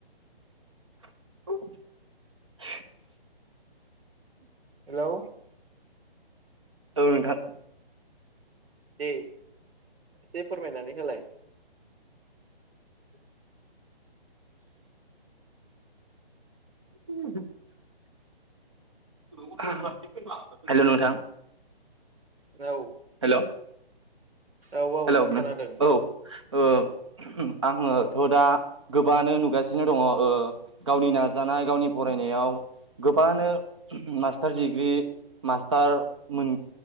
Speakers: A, on the right; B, on the right.
A: <inaudible>
B: हेलौ!
A: औ नोंथां।
B: दे एसे फोरमायनानै होलाय।
A: <inaudible> <unintelligible> हेलौ! नोंथां
B: औ
A: हेलौ!
B: औ औ
A: हेलौ नों
B: खोनादों
A: औ ओ। आङोथ' दा गोबाङानो नुगासिनो दङ' ओ गावनि नाजानाय गावनि। फरायनायाव। गोबाङानो मास्टार डिग्रि मास्टार मोन